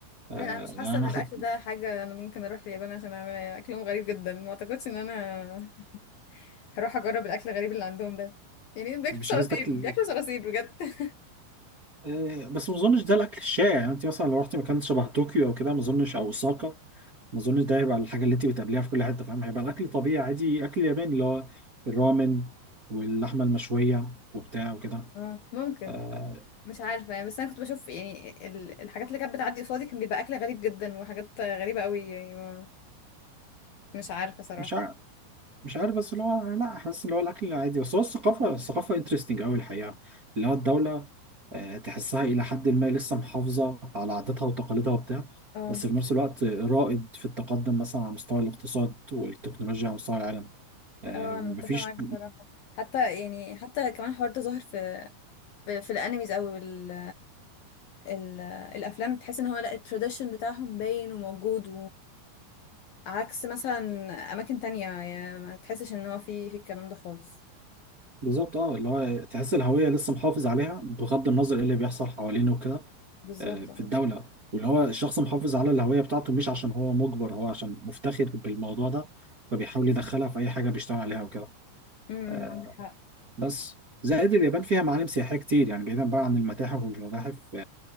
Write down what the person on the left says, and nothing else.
لا انا مش
حاسه
ان
الاكل ده حاجه انا ممكن اروح اليابان عشان اعملها اكلهم غريب جدا ما اعتقدش ان انا هروح اجرب الاكل الغريب اللي عندهم ده يعني بياكلوا
صراصير
بياكلوا صراصير بجد <laughs>
اه ممكن
مش عارفه يعني بس انا كنت بشوف يعني ال- الحاجات اللي كانت بتعدي قصادي كان بيبقى اكل غريب جدا وحاجات غريبه قوي يعني ما مش عارفه صراحه
اه
اه
انا متفقه معاك بصراحه حتى يعني حتى كمان الحوار ده ظاهر في في, في الانميز او ال ال الافلام تحس ان هو لا التراديشن بتاعهم باين وموجود وعكس مثلا اماكن تانية يعني ما تحسش ان هو في في الكلام ده خالص
بالظبط
اه
امم
عندك حق